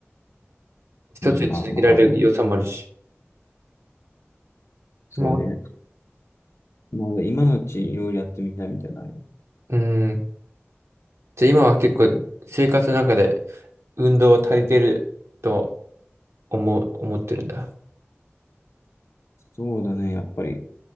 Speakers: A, on the right; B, on the left.
A: 一つで続けられる良さもあるし。
B: まあまあまあまあ、そうね。
A: も
B: まだ今のうちにいろいろやってみたいみたいなのあるよ。
A: う、うーん。じゃあ今は結構生活の中で運動は足りてると思う、思ってるんだ。
B: そうだね。やっぱり